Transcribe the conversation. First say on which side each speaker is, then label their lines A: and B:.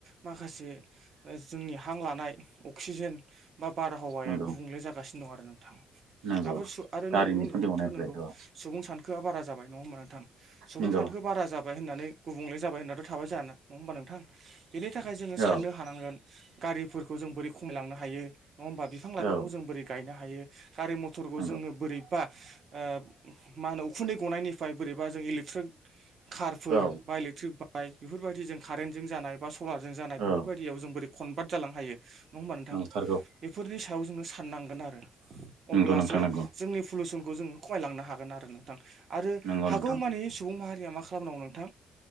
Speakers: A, on the right; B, on the right.
A: माखासे ओ जोंनि हां लानाय अक्सिजेन बा बारहावाया
B: नंगौ
A: गुबुंले जागासिनो दं आरो नोंथां।
B: नंगौ
A: आब' सु आरो
B: गारिनि
A: नोंगौ
B: उखुन्दै
A: नोथो
B: गनायनिफ्राय
A: नोंगौ
B: औ
A: सुबुं सानख खोआ बार जाबाय नङा होमबा नोंथां सुबुं
B: नंगौ
A: सानखो बारा जाबाय होननानै गुबुंले जाबाय होननाथ' थाबाय जाया ना नङा होमबा नोंथां बेनि थाखाय जोङो साननो
B: औ
A: हानांगोन गारिफोरखौ जों बोरै खमायलांनो हायो नङा होमबा बिफां लाइफांखौ
B: औ
A: जों बोरै गायनो हायो गारि मथरखौ
B: नंगौ
A: जोङो बोरैबा ओ मा होनो उखुन्दै गनायनिफ्राय बोरैबा जों इलेकथ्रोत खारफोर
B: औ
A: बा इलेकथ्रिक बा बाय बेफोरबायदि जों खारेन्टजों जानाय बा सलारजों जानाय बेफोरबायदियाव
B: औ
A: जों बोरै खनभार्ट जालांनो हायो नङा होमबा नोंथां
B: नंथारगौ
A: बेफोरनि सायाव जोङो साननांगोन आरो। अब्लासो
B: नंगौ नोंथां नंगौ
A: जोंनि पुलुसनखौ जों खगायलांनो हागोन आरो नोंथां आरो
B: नंगौ
A: हागौमानि
B: नोंथां
A: सुबुं माहा रिया मा खालामनांगौ नोंथां